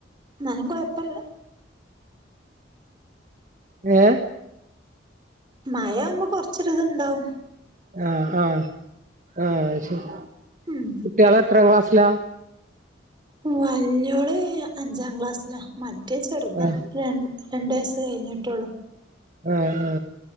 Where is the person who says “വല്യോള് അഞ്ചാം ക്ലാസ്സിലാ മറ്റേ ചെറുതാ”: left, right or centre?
Right